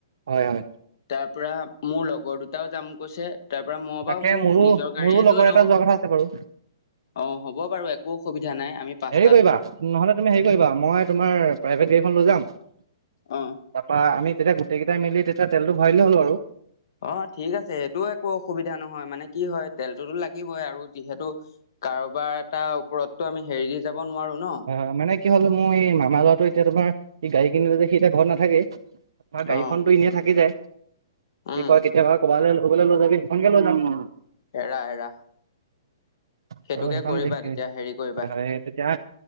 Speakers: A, on the right; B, on the left.
A: হয় হয়
B: তাৰ পৰা মোৰ লগৰ দুটাও যাম কৈছে তাৰ পৰা মই
A: তাকে
B: বাৰু মোৰ
A: মোৰো
B: নিজৰ গাড়ীয়ে
A: মোৰো লগৰ
B: লৈ লম
A: এটা যোৱা কথা আছে বাৰু
B: অহ হ'ব বাৰু একো অসুবিধা। অসুবিধা নাই আমি পাচ
A: হেৰি কৰিবা নহলে তুমি হেৰি কৰিবা মই তোমাৰ প্ৰাইভেট গাড়ীখন লৈ যাম। তাৰপা
B: অ
A: আমি তেতিয়া গোটেই কেইটাই মিলি তেতিয়া তেলটো ভৰালে দিলে হল আৰু
B: অহ ঠিক আছে সেইটো একো অসুবিধা নহয় মানে কি হয় তেলটোতো লাগিবই আৰু যিহেতু কাৰোবাৰ এটা ওপৰতটো আমি হেৰি দি যাব নোৱাৰো ন
A: হয় মানে কি হ'ল মই এই মামা ল'ৰাটো এতিয়া তোমাৰ গাড়ী কিনিলে যে সি এতিয়া ঘৰত নাথাকে আমাৰ গাড়ীখন
B: অ
A: তো এনে থাকি যায়। কি
B: উম
A: কয় কেতিয়াবা কবালৈ লগলে লৈ যাবি সেইখনকে লৈ যাম ন
B: এৰা এৰা।
A: আৰু
B: সেইটোকে
A: সেইখন
B: কৰিবা
A: দে হয়
B: তেতিয়া হেৰি কৰিবা
A: হয় তেতিয়া